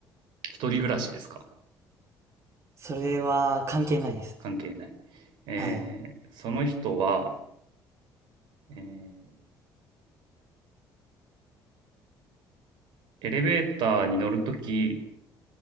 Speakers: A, on the right; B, on the right.
A: 一人暮らしですか
B: それは関係ないです。
A: 関係ない。えーその人は、
B: はい。
A: えーエレベーターに乗るとき、